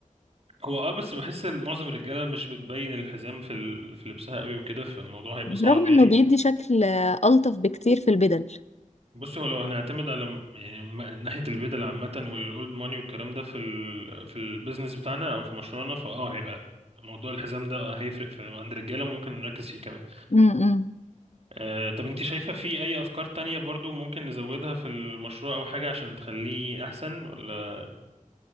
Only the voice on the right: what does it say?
هو اه بس بحس ان معظم الرجاله مش بتبين الحزام في ال... في لبسها قوي وكده فالموضوع هيبقى
صعب يعني
بص هو لو هنعتمد على م- يعني م- ناحيه البدل عامه والاولد ماني والكلام ده في ال... في البيزنس بتاعنا او في مشروعنا فاه هيبقى موضوع الحزام ده هيفرق في عند الرجاله وممكن نركز فيه كمان
آه طب انت شايفه في اي افكار تانية برضو ممكن نزودها في المشروع او حاجه عشان تخليه احسن ولا